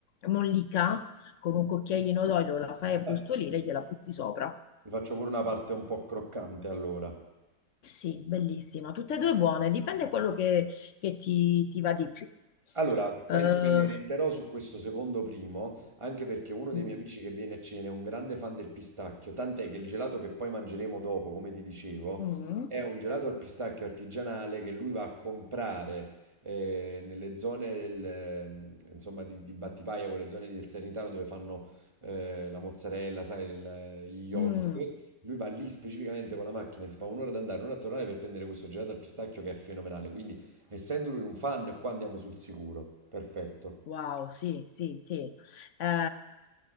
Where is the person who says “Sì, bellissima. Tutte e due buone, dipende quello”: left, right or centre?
Left